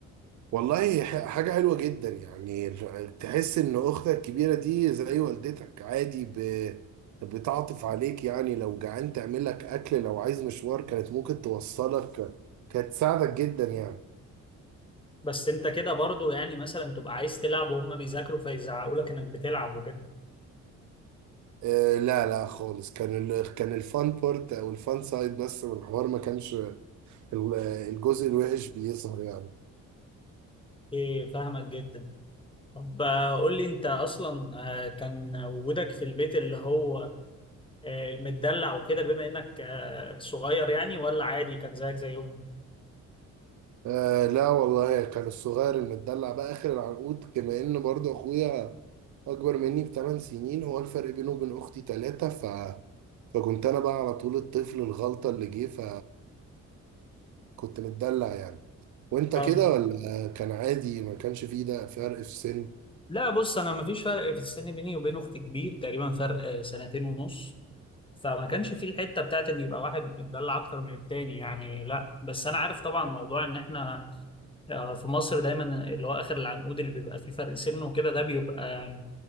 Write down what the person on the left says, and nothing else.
بس انت كده برضو يعني مثلا تبقى عايز تلعب وهم بيذاكروا فيزعقوا لك انك بتلعب وكده
ايه فاهمك جدا طب آه، قول لي انت اصلا آه، كان وجودك في البيت اللي هو آه، المدلع وكده بما انك آه، صغير يعني ولا عادي كان زيك زيهم
اه
لا بص انا مفيش فرق في السن بيني وبين اختي كبير تقريبا فرق آه، سنتين ونص فما كانش في الحته بتاعت ان يبقى واحد متدلع اكتر من التاني يعني لا بس انا عارف طبعا موضوع ان احنا آه، في مصر دايما اللي هو اخر العنقود اللي بيبقى فيه فرق سن وكده ده بيبقى